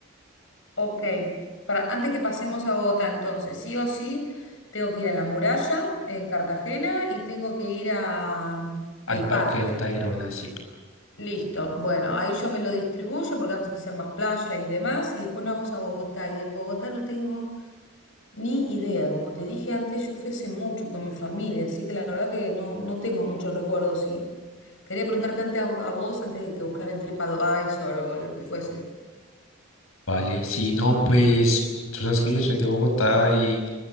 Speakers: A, on the left; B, on the left.
A: Ok. Para, antes que pasemos a Bogotá, entonces, sí o sí, tengo que ir a la muralla en Cartagena y tengo que ir a mm,
B: Al
A: el
B: Parque
A: parque.
B: del Tayrona, sí.
A: Listo. Bueno, ahí yo me lo distribuyo porque vamos a hacer más playa y demás. Y después nos vamos a Bogotá. Y de Bogotá no tengo. Ni idea, como te dije antes, yo fui hace mucho y con mi familia, así que la verdad que no, no tengo muchos recuerdos y quería preguntarte antes a, a vos antes de que buscar en TripAdvisor o lo que fuese.
B: Vale, sí, no, pues tú sabes que yo soy de Bogotá y